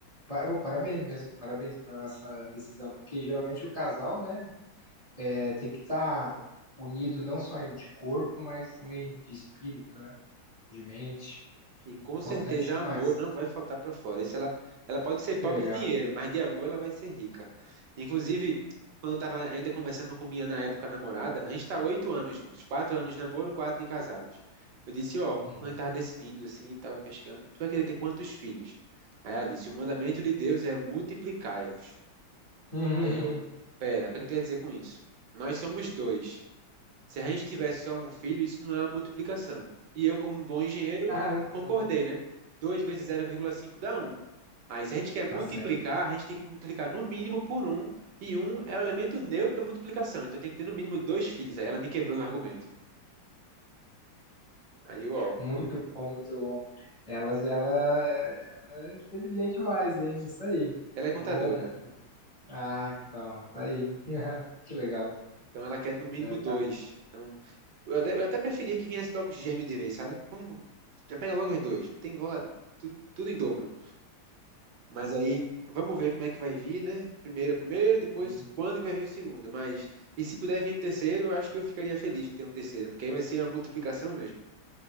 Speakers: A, on the right; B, on the right.
A: Pa- ô, Parabéns mesmo, parabéns pela essa decisão, porque geralmente o casal, né, é, tem que estar unido não só em- de corpo, mas também de espírito, né, de mente.
B: E com
A: Importante
B: certeza
A: demais.
B: amor não vai faltar para fora. Isso ela, ela pode ser pobre
A: Que legal.
B: de dinheiro, mas de amor ela vai ser rica. Inclusive, quando eu estava ainda conversando com minha na época namorada, a gente está oito anos juntos, quatro anos de namoro, quatro de casados. Eu disse, ó,
A: Uhum.
B: a gente estava decidindo assim, estava pescando, tu vai querer ter quantos filhos? Aí ela disse, o mandamento de Deus é multiplicai-vos.
A: <laughs>
B: Aí eu, pera, o que é que tu quer dizer com isso? Nós somos dois. Se a gente tivesse só um filho, isso não é uma multiplicação. E eu, como um bom engenheiro,
A: Muito
B: concordei,
A: bom,
B: né? 2 vezes zero vírgula cinco dá um. Aí, se a gente quer
A: tá
B: multiplicar,
A: certo.
B: a gente tem que multiplicar no mínimo por um e um é o elemento neutro da multiplicação. Então, tem que ter no mínimo dois filhos. Aí, ela me quebrou no argumento. Aí, eu, ó,
A: Muito bom, muito bom. Elas, ela, ela é inteligente mais, hein? Isso aí.
B: ela é contadora,
A: Bom. Ah, então, tá aí. <laughs> Que legal,
B: então ela quer no
A: né?
B: mínimo
A: Tá
B: dois. Então, eu até, eu até preferia que viesse logo gêmeo de vez, sabe? Vamos, já pega logo os dois. Tem logo a- tu- tudo em dobro. Mas aí, vamos ver como é que vai vir, né? Primeiro, é primeiro, depois
A: aí.
B: quando que vai vir o segundo. Mas, e se puder vir um terceiro, eu acho que eu ficaria feliz de ter um terceiro, porque aí vai ser uma multiplicação mesmo.